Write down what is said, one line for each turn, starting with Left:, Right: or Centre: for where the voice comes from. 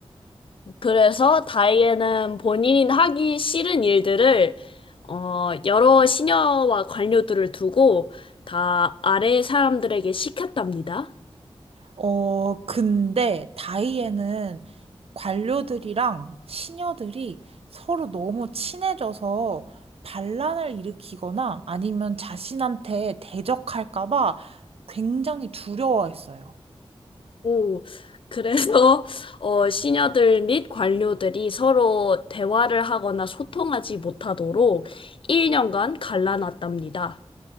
Left: 그래서 다이앤은 본인이 하기 싫은 일들을 어, 여러 시녀와 관료들을 두고 다 아래 사람들에게 시켰답니다.
Right: 어, 근데 다이애는 관료들이랑 시녀들이 서로 너무 친해져서 반란을 일으키거나 아니면 자신한테 대적할까 봐 굉장히 두려워했어요.
Left: 오, 그래서 <laughs> 어, 시녀들 및 관료들이 서로 대화를 하거나 소통하지 못하도록 1년간 갈라놨답니다.